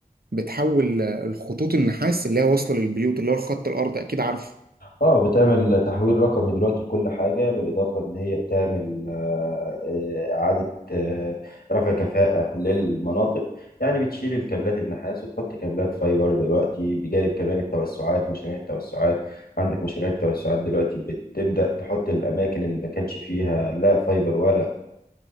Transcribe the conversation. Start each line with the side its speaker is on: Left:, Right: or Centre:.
Right: بتحول الخطوط النحاس اللي هي واصلة للبيوت اللي هو الخط الأرضي أكيد عارفه
Left: اه بتعمل تحويل رقمي دلوقتي لكل حاجة بالإضافة إن هي بتعمل آه، آه، إعادة آه، رفع كفاءة للمناطق يعني بتشيل الكابلات النحاس وتحط كابلات فايبر دلوقتي بجانب كمان التوسعات مشاريع التوسعات عندك مشاريع التوسعات دلوقتي بتبدأ تحط الأماكن اللي ما كانش فيها لا فايبر ولا